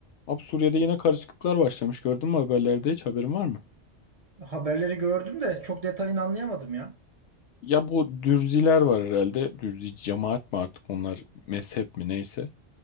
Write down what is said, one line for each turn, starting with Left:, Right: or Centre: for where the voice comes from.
Left: Abi Suriye'de yine karışıklıklar başlamış. Gördün mü haberlerde hiç haberin var mı?
Right: Haberleri gördüm de çok detayını anlayamadım ya.
Left: Ya bu Dürziler var herhalde. Dürzi cemaat mi artık onlar mezhep mi neyse.